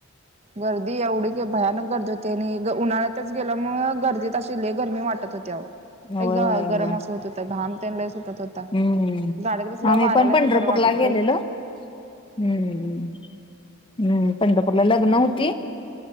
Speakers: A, on the right; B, on the left.
A: गर्दी एवढी की भयानक गर्दी होते आणि उन्हाळ्यात च गेल्यामु गर्दीत असश गरमी वाटत होत्या
B: होय
A: ग
B: होय
A: गरम
B: होय
A: असं होत होत घाम तेन लय सुटत होता
B: हम्म
A: गाडीत बसल्यावर
B: आम्ही
A: वाऱ्याला
B: पण पंढरपूरला
A: कि बरं वाटत होतं.
B: गेलेलो. हम्म हम् पंढरपूरला. नव्हते